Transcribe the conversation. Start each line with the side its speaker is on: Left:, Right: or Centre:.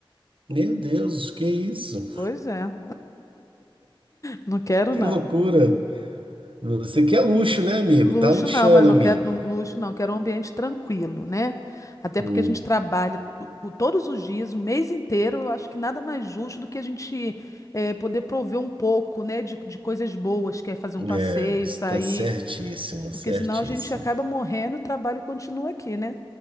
Right: meu Deus, que isso?
Left: Pois é, não quero
Right: Que
Left: não.
Right: loucura. Você quer luxo, né, amigo?
Left: Luxo
Right: Tá luxando,
Left: não, mas eu
Right: amiga.
Left: quero não- luxo não, eu quero um ambiente tranquilo, né? Até
Right: Hum,
Left: porque a gente trabalha o- o- todos os dias, o mês inteiro, eu acho que nada mais justo do que a gente eh, poder prover um pouco, né, de, de coisas boas, que é fazer um passeio,
Right: é, você
Left: sair,
Right: tá certíssima,
Left: porque
Right: certíssima.
Left: senão a gente acaba morrendo e o trabalho continua aqui, né?